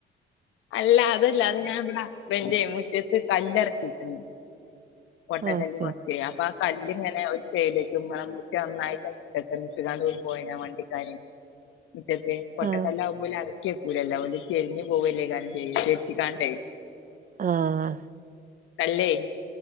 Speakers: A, on the left (about 85°); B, on the right (about 45°).
A: അല്ല അതല്ല അത് ഞാൻ ഇവിടെ ഹസ്ബന്റ് മുറ്റത്ത് കല്ലറ്ക്കീക്ക്ന് കൊട്ട
B: ആഹ്
A: തേങ്ങ
B: ശരി
A: പറിച്ച് കല്ല്ങ്ങനെ ഒരു സൈഡ് നന്നായിട്ട്ക്കെ നട്ടാണ്ട് പോ പോയി വണ്ടിക്കാര് മിറ്റത്ത് ഒറ്റക്കല്ല്
B: ആഹ്
A: ആകുമ്പോള് അറക്കിയക്കൂലല്ല ഓല് ചെരിഞ്ഞ പോവലേ കല്ല് തേച്ചക്കേണ്ട്.
B: ആഹ്
A: കല്ലേ